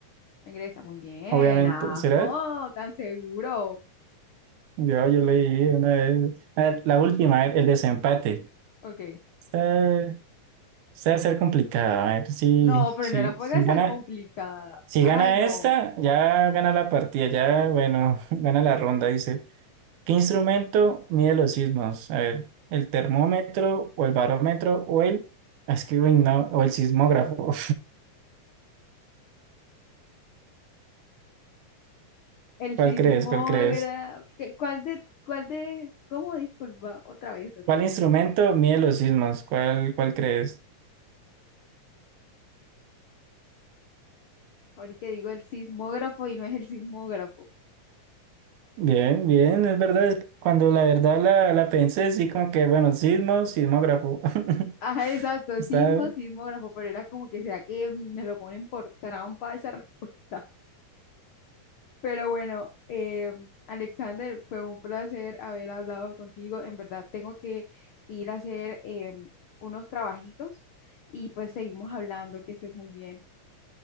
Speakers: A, on the left; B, on the right.
A: En Grecia, muy bien.
B: obviamente.
A: Ajo,
B: ¿Será?
A: tan seguro.
B: Yo, yo leí una vez, a ver, la última, el, el desempate.
A: Ok.
B: Está, está a ser complicada. A ver si,
A: No, pero
B: si,
A: no la pongas
B: si
A: tan
B: gana,
A: complicada.
B: si
A: Ay,
B: gana
A: no.
B: esta, ya gana la partida, ya, bueno, <laughs> gana la ronda, dice. ¿Qué instrumento mide los sismos? A ver, ¿el termómetro o el barómetro o el, ah, es que, uy, no, o el sismógrafo? <laughs>
A: El
B: ¿Cuál
A: sismógrafo.
B: crees? ¿Cuál crees?
A: ¿qué- ¿Cuál de, cuál de, cómo? Disculpa, otra vez, repito.
B: ¿Cuál instrumento mide los sismos? ¿Cuál, cuál crees?
A: Ahorita digo el sismógrafo y no es el sismógrafo.
B: Bien, bien, es verdad, es que cuando la verdad la, la pensé, sí, como que, bueno, sismo, sismógrafo. <laughs>
A: Ajá, exacto,
B: Está,
A: sismo, sismógrafo, pero era como que, ¿será que me lo ponen por trampa esa <laughs> respuesta? Pero bueno, eh, Alexander, fue un placer haber hablado contigo. En verdad, tengo que ir a hacer eh, unos trabajitos y pues seguimos hablando, que estés muy bien.